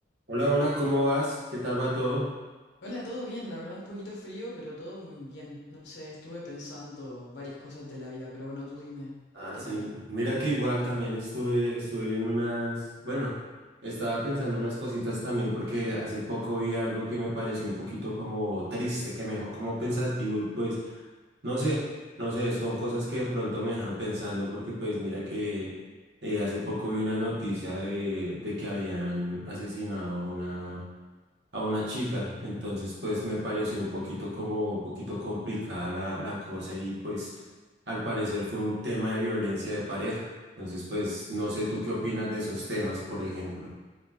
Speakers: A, on the right (about 70°); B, on the left (about 75°).
A: Hola, hola, ¿cómo vas? ¿Qué tal va todo?
B: Hola, todo bien, la verdad un poquito frío, pero todo muy bien. No sé, estuve pensando varias cosas de la vida, pero bueno, tú dime,
A: Ah,
B: ¿qué
A: sí,
B: tal?
A: mira que igual también estuve, estuve viendo unas, bueno, estaba pensando unas cositas también porque hace poco vi algo que me pareció un poquito como triste, que me dejó como pensativo y pues, no sé, no sé, son cosas que de pronto me dejan pensando porque pues mira que eh, hace poco vi una noticia de, de que habían asesinado a una a una chica. Entonces, pues me pareció un poquito como un poquito complicada la, la cosa y pues al parecer fue un tema de violencia de pareja. Entonces, pues no sé tú qué opinas de esos temas, por ejemplo.